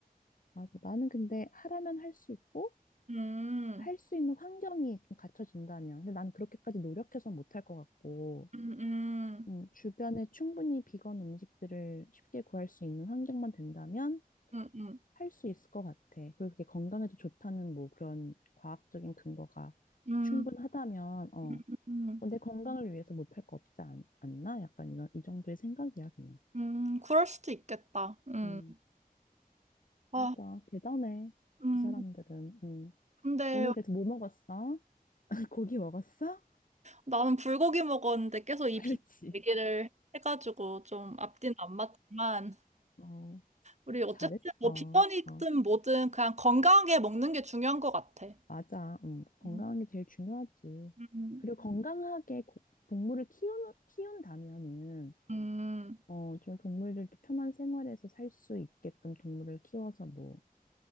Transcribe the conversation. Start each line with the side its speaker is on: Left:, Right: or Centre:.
Left: 맞아. 나는 근데 하라면 할 수 있고
Right: 음,
Left: 할 수 있는 환경이 좀 갖춰진다면. 근데 난 그렇게까지 노력해서 못할 것 같고,
Right: 음, 음,
Left: 음, 주변에 충분히 비건 음식들을 쉽게 구할 수 있는 환경만 된다면
Right: 음, 음,
Left: 할 수 있을 것 같아. 그리고 그게 건강에도 좋다는 뭐 그런 과학적인 근거가
Right: 음,
Left: 충분하다면, 어,
Right: 음, 음,
Left: 어, 내 건강을 위해서 못할 거 없지 않, 나 약간 이런, 이 정도의 생각이야, 그냥.
Right: 음, 그럴 수도 있겠다. 음,
Left: 음,
Right: 아,
Left: 맞아. 대단해.
Right: 음,
Left: 그 사람들은. 음.
Right: 근데
Left: 오늘 그래서 뭐 먹었어? <laughs> 고기 먹었어?
Right: 나는 불고기 먹었는데 계속
Left: <laughs>
Right: 이
Left: 그렇지.
Right: 비건 얘기를 해가지고 좀 앞뒤는 안 맞지만
Left: 어.
Right: 우리 어쨌든
Left: 잘했어.
Right: 뭐 비건이든
Left: 어,
Right: 뭐든 그냥 건강하게 먹는 게 중요한 것 같아.
Left: 맞아. 음, 건강한
Right: 음,
Left: 게 제일 중요하지.
Right: 음,
Left: 그리고 건강하게 고- 동물을 키운, 키운다면은,
Right: 음,
Left: 어, 좀 동물들도 편한 생활에서 살 수 있게끔 동물을 키워서 뭐